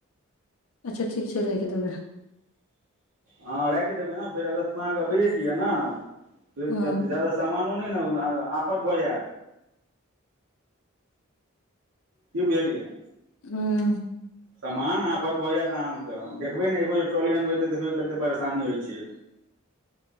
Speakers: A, on the left; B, on the right.
A: अच्छा ठीक छै राखि देबै
B: हँ राखि देबै ने फेर अगस्तमे अहाँकेँ अबैएके यए न फेर
A: ह
B: जद जादा समान नो नइने आफत भ जैत कि बुझलियै
A: हूं
B: समान आफत भऽ जायत अहाँके देखबै ने एगो जे ट्रॉली अनबै तऽ देखबै कतेक परेशानी होइ छै